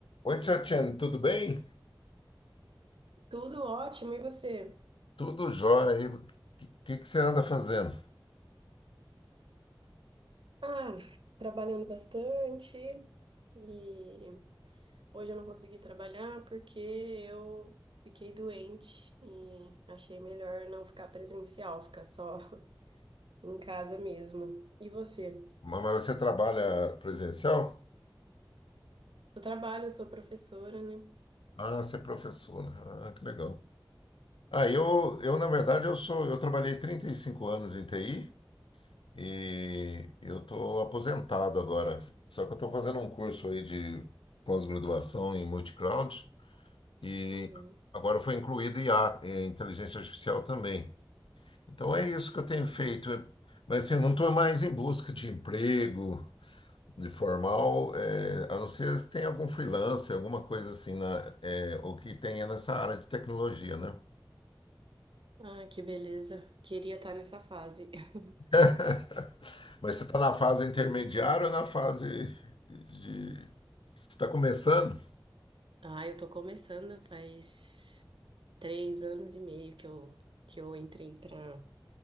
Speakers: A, on the left; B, on the right.
A: Oi, Tchatchen, tudo bem?
B: Tudo ótimo, e você?
A: Tudo jóia aí. O que, que que você anda fazendo?
B: Ah, trabalhando bastante e hoje eu não consegui trabalhar porque eu fiquei doente e achei melhor não ficar presencial, ficar só <laughs> em casa mesmo. E você?
A: Ma- Mas você trabalha presencial?
B: Eu trabalho, eu sou professora, né?
A: Ah, você é professora. Ah, que legal. Ah, eu, eu na verdade, eu sou, eu trabalhei 35 anos em TI e eu estou aposentado agora. Só que eu estou fazendo um curso aí de pós-graduação em multicloud e
B: Uhum.
A: agora foi incluído IA, eh, inteligência artificial também. Então é isso que eu tenho feito. Mas assim, eu não estou mais em busca de emprego. De formal, é, a não ser se tem algum freelancer, alguma coisa assim, na, é, o que tenha nessa área de tecnologia, né?
B: Ah, que beleza. Queria estar nessa fase. <laughs>
A: <laughs> Mas você está na fase intermediária ou na fase de... Você está começando,
B: Ah, eu tô começando faz três anos e meio que eu, que eu entrei pra,